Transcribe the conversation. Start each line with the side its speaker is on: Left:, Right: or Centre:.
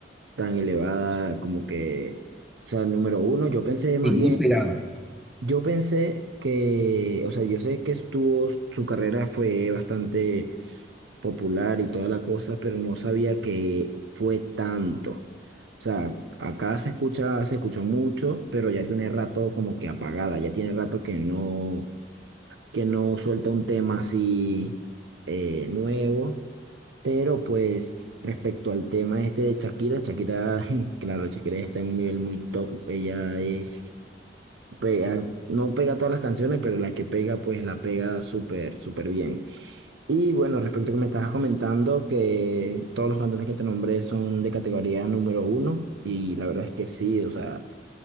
Right: tan elevada, como que, o sea, número uno. Yo pensé más
Centre: y
Right: bien.
Centre: muy pegada.
Right: Yo pensé que, o sea, yo sé que estuvo, su carrera fue bastante popular y toda la cosa, pero no sabía que fue tanto. O sea, acá se escucha, se escuchó mucho, pero ya tiene rato como que apagada, ya tiene rato que no, que no suelta un tema así eh, nuevo. Pero pues respecto al tema este de Shakira, Shakira, <laughs> claro, Shakira está en un nivel muy top. Ella es, pega, no pega todas las canciones, pero la que pega, pues la pega súper, súper bien. Y bueno, respecto a que me estabas comentando que todos los cantones que te nombré son de categoría número uno y la verdad es que sí, o sea,